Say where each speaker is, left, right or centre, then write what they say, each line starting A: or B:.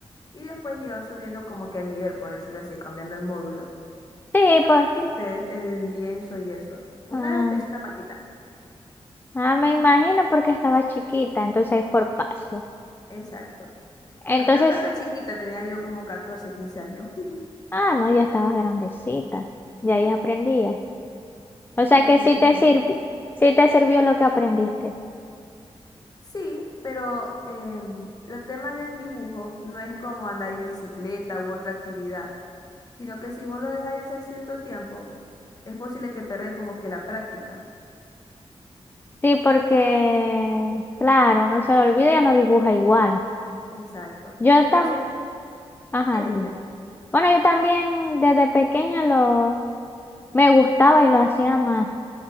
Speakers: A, on the left; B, on the left.
A: Y después iban subiendo como que el nivel, por decirlo así, cambiando el módulo.
B: Sí,
A: Y también
B: pues,
A: pinté en lienzo y eso. Una
B: ah,
A: vez hasta hice una maqueta.
B: ah, me imagino porque estaba chiquita, entonces por paso.
A: Exacto.
B: Entonces...
A: Aunque no estaba tan chiquita, tenía yo como 14 15 años. <laughs>
B: Ah, no, ya estabas grandecita. ya
A: Sí,
B: ahí aprendía. O sea
A: sí,
B: que
A: sí
B: sí
A: me
B: te
A: gustaba.
B: sirvi- sí te sirvió lo que aprendiste.
A: Sí, pero em, el tema del dibujo no es como andar en bicicleta u otra actividad, sino que si vos lo dejáis hacer cierto tiempo, es posible que perdáis como que la práctica.
B: Sí, porque, claro, no se lo olvida, ya no dibuja igual.
A: Exacto.
B: Yo
A: Entonces,
B: tam, ajá,
A: dime,
B: dime.
A: dime.
B: Bueno, yo también desde pequeña lo me gustaba y lo hacía más.